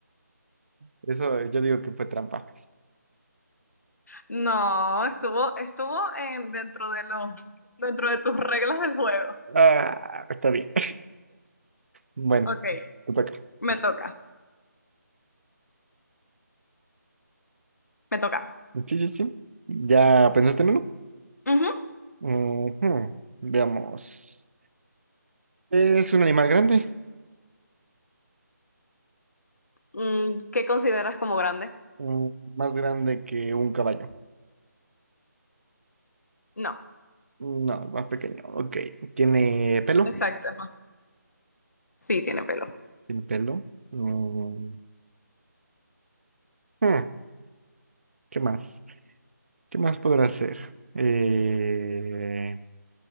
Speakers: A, on the right; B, on the left.
A: Eso yo digo que fue trampa.
B: No, estuvo, estuvo en- dentro de los, dentro de tus reglas del juego.
A: Ah, está bien. Bueno,
B: Ok,
A: te toca.
B: me toca, me toca.
A: Sí, sí, sí. ¿Ya pensaste en uno?
B: Ujú.
A: Ujú. Veamos. ¿Es un animal grande?
B: Mm, ¿qué consideras como grande?
A: Mm, Más grande que un caballo.
B: No,
A: No, es más pequeño. Ok. ¿Tiene pelo?
B: exacto. Sí, tiene pelo.
A: ¿Tiene pelo? Mm, hmm, ¿Qué más? ¿Qué más podrá hacer? Eh,